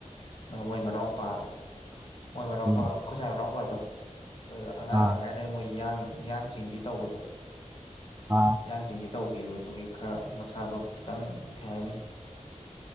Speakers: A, on the left (about 45°); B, on the right (about 15°).
A: ꯃꯣꯏ ꯃꯅꯥꯎꯄꯥ ꯃꯣꯏ ꯃꯅꯥꯎꯄꯥ
B: ꯎꯝ
A: ꯈꯨꯁꯥꯏ ꯃꯅꯥꯎꯄꯥꯗꯣ ꯑꯗꯨꯗ ꯑꯉꯥꯡ
B: ꯑꯥ
A: ꯑꯣꯏꯉꯥꯏ ꯗ ꯃꯣꯏ ꯌꯥꯡ ꯌꯥꯡꯆꯤꯡꯕꯤ ꯇꯧꯕꯗꯣ
B: ꯑꯥ
A: ꯌꯥꯡ ꯆꯤꯡꯕꯤ ꯇꯧꯈꯤꯕ ꯑꯗꯨꯒꯤ ꯈꯔ ꯃꯁꯥꯗꯣ ꯈꯤꯇꯪ ꯀꯩ ꯍꯥꯏꯅꯤ